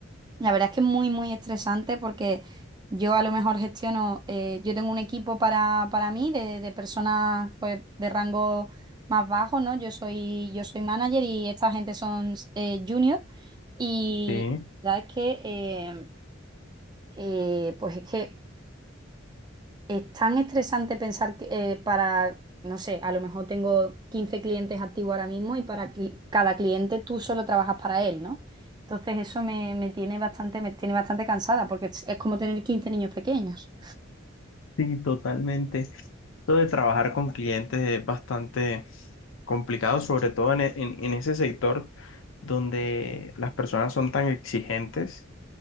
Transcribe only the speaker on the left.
sí,
sí, totalmente. Esto de trabajar con clientes es bastante complicado, sobre todo en, e- en- en ese sector donde las personas son tan exigentes